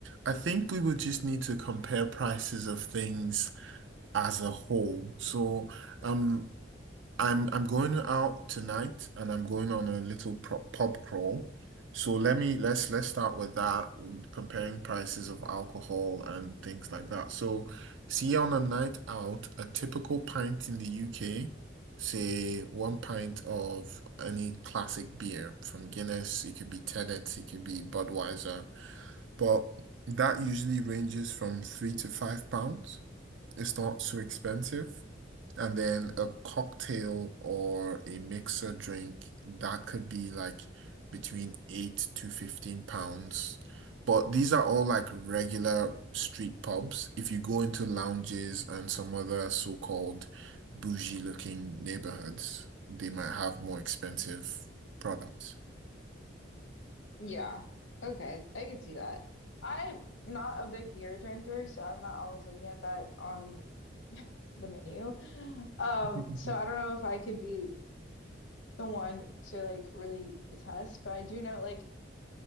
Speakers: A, on the right (about 85°); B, on the left (about 85°).
A: I think we would just need to compare prices of things as a whole. So, um, I'm I'm going out tonight and I'm going on a little pro- pub crawl. So let me let's let's start with that, comparing prices of alcohol and things like that. So see on a night out, a typical pint in the UK, say one pint of any classic beer from Guinness, it could be Tennent's, it could be Budweiser, but that usually ranges from three to five pounds. It's not so expensive. And then a cocktail or a mixer drink that could be like between eight to 15 pounds. But these are all like regular street pubs. If you go into lounges and some other so-called bougie looking neighborhoods, they might have more expensive products.
B: Yeah. Okay. I can see that. I'm not a big beer drinker, so I'm not always looking at that on the menu. Um,
A: <laughs>
B: so I don't know if I could be the one to like really attest, but I do know like